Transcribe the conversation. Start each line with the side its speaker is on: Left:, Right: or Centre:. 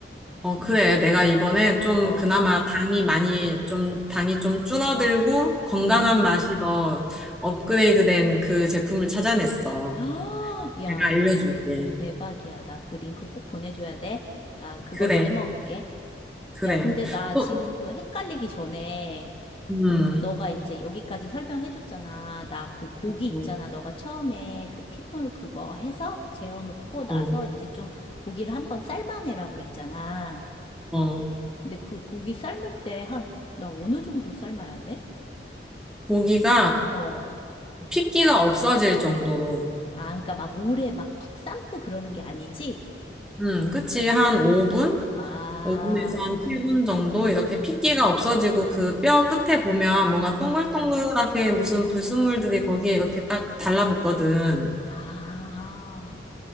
Centre: 어, 그래. 내가 이번에 좀
Left: 어,
Centre: 그나마 당이 많이 좀, 당이 좀 줄어들고 건강한
Left: 음.
Centre: 맛이 더 업그레이드 된 그 제품을 찾아냈어.
Left: <gasps> 아, 야,
Centre: 내가 알려줄게.
Left: 너 대박이야. 나 그 링크 꼭 보내줘야 돼. 나 그걸로
Centre: 그래.
Left: 해먹을게.
Centre: 그래.
Left: 야, 근데 나
Centre: 또,
Left: 지금 또 헷갈리기 전에
Centre: 음,
Left: 그 너가 이제 여기까지 설명해줬잖아. 나 그 고기 있잖아.
Centre: 어,
Left: 너가 처음에 그 핏물 그거 해서 재워놓고
Centre: 어,
Left: 나서 이제 좀 고기를 한번 삶아내라고 그랬잖아.
Centre: 어.
Left: 근데 그 고기 삶을 때 한 나 어느 정도 삶아야 돼?
Centre: 고기가
Left: 어.
Centre: 핏기가 없어질 정도로,
Left: 아, 그러니까 막 오래 막 푹 삶고 그러는 게 아니지?
Centre: 음, 그치. 한 5분?
Left: 아,
Centre: 5분에서 한 7분 정도 이렇게 핏기가 없어지고 그 뼈 끝에 보면 뭐가 동글동글하게
Left: 음.
Centre: 무슨 불순물들이 거기에 이렇게 딱 달라붙거든.
Left: 아.